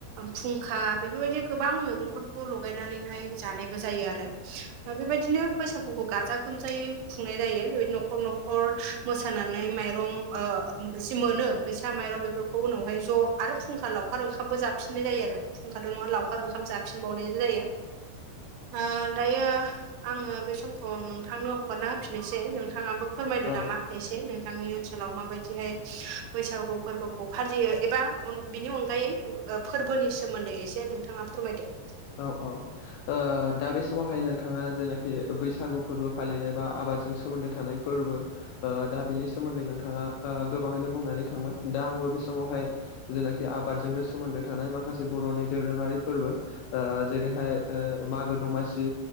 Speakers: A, on the right; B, on the left.
A: फुंखा बेफोरबायदि गोबां मैगंफोरखौ लगायनानै हाय जानायबो जायो आरो बेबायदिनो बैसागुखौ गाजा गोमजायै खुंनाय जायो बेबायदि नखर न मोसानानै माइरं ओ मोनो फैसा माइरं बे बे उनावहाय ज आरो फुंखा लावखार ओंखामबो जाफिननाय जायो आरो फुंखाथ नङा लावखार ओंखाम जाफिनबावनायबो जायो ओ दायो आङो बे समखौ नोंथांनो हगारना होफिनोसै नोंथाङाबो फोरमायदो
B: औ
A: नामा एसे नोंथांनि ओनसोलाव माबायदिहाय बैसागु फोरबोखौ फालियो एबा बिनि अनगायै फोरबोनि सोमोन्दै एसे नोंथाङा फोरमायदो
B: औ औ ओ दा बे समावहाय नों जेनाखि बैसागु फोरबो फालिनाय बा आबादजों सोमोन्दो थानाय फोरबो ओ दा बिनि सोमोन्दै नोंथाङा ओ गोबाङैनो बुंनानै थांबाय दा आंबो बे समावहाय जेनाखि आबादजोंनो सोमोन्दो थानाय माखासे बर'निनि दोरोङारि फोरबो ओ जेरैहाय मागो दमासि